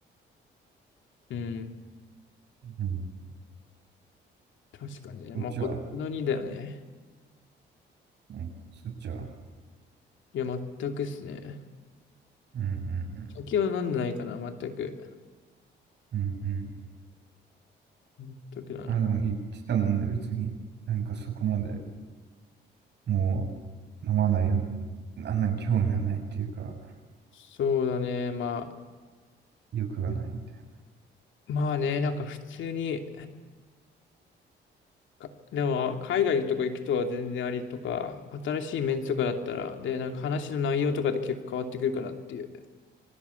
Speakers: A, on the left; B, on the right.
A: うん。
B: うん。
A: 確かにね。
B: そっちは、
A: まあ、ほどほどにだよね。
B: うん、そっちは。
A: いや、全くっすね。
B: うんうん
A: 酒は飲んでないかな、全く。
B: うん。うんうん。
A: 全くだな。
B: まあでも言ってたもんね、別に。なんかそこまで、もう、飲まない、あんなに興味がないっていうか、
A: そうだね。まあ、
B: 欲がないみたい
A: まあね、なんか普通に、かでも、海外とか行くとは全然ありとか、新しいメンツとかだったら、で、なんか話の内容とかで結構変わってくるかなっていう。